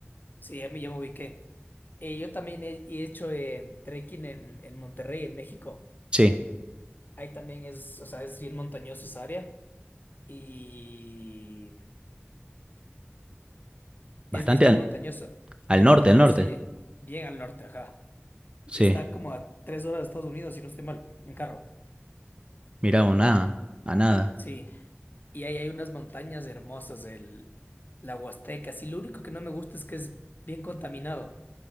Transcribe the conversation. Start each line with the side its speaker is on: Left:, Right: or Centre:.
Left: Sí, ya me, ya me ubiqué. Eh, yo también he, he hecho eh, trekking en, en Monterrey, en México.
Right: Sí,
Left: Ahí también es, o sea, es bien montañoso esa área y
Right: bastante
Left: es, es bien
Right: al,
Left: montañoso,
Right: al
Left: bien
Right: norte,
Left: montañoso
Right: al norte.
Left: y bien al norte, ajá.
Right: Sí,
Left: Está como a tres horas de Estados Unidos, si no estoy mal, en carro.
Right: mira, a nada, a nada.
Left: Sí, y ahí hay unas montañas hermosas, el, la Huasteca. Sí, lo único que no me gusta es que es bien contaminado.